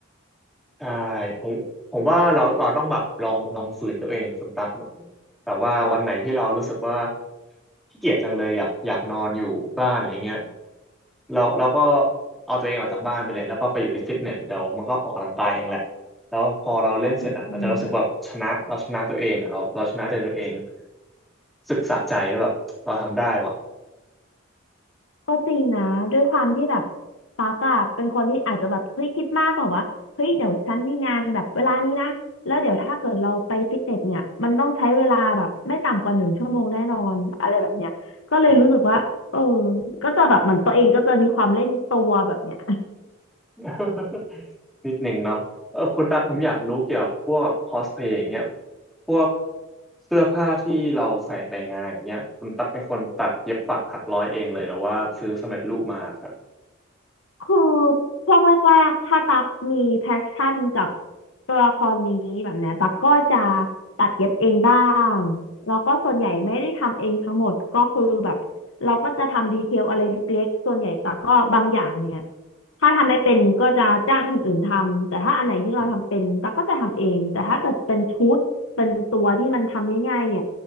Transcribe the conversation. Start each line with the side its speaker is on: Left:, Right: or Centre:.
Centre: ใช่ผมผมว่าเราเราต้องแบบลองลองฝืนตัวเองคุณตั๊กแบบแบบว่าวันไหนที่เรารู้สึกว่าขี้เกียจจังเลยอยากอยากนอนอยู่บ้านอะไรเงี้ยเราเราก็เอาตัวเองออกจากบ้านไปเลยแล้วก็ไปอยู่ที่ฟิตเนสเดี๋ยวมันก็ออกกำลังกายเองแหละแล้วพอเราเล่นเสร็จอะเราจะรู้สึกแบบชนะเราชนะตัวเองอะเราเราชนะใจตัวเอง
Left: อืม
Centre: รู้สึกสะใจแล้วแบบเราทำได้ว่ะ
Left: ก็จริงนะด้วยความที่แบบตากอะเป็นคนที่อาจจะแบบเฮ้ยคิดมากแบบว่าเฮ้ยเดี๋ยวฉันมีงานแบบเวลานี้นะแล้วเดี๋ยวถ้าเกิดเราไปฟิตเนสเนี่ยมันต้องใช้เวลาแบบไม่ต่ำกว่าหนึ่งชั่วโมงแน่นอนอะไรแบบเนี้ยก็เลยรู้สึกว่าเออ
Centre: อ๋อ
Left: ก็จะแบบเหมือนตัวเองก็จะมีความเล่นตัวแบบเนี้ย
Centre: <laughs> นิดหนึ่งเนาะเออคุณตั๊กผมอยากรู้เกี่ยวกับพวกคอสเพลย์อย่างเงี้ยพวกเสื้อผ้าที่เราใส่ไปงานอย่างเงี้ยคุณตั๊กเป็นคนตัดเย็บปักถักร้อยเองเลยเหรอว่าซื้อสำเร็จรูปมาครับ
Left: คือช่วงแรกๆถ้าตักมีแพชชั่นกับตัวละครนี้แบบเนี้ยตักก็จะตัดเย็บเองบ้างแล้วก็ส่วนใหญ่ไม่ได้ทำเองทั้งหมดก็คือแบบเราก็จะทำดีเทลอะไรเล็กๆส่วนใหญ่ตักก็บางอย่างเนี่ยถ้าทำไม่เป็นก็จะจ้างคนอื่นทำแต่ถ้าอันไหนที่เราทำเป็นตักก็จะทำเองแต่ถ้าเกิดเป็นชุดเป็นตัวที่มันทำง่ายๆเนี่ย
Centre: อืม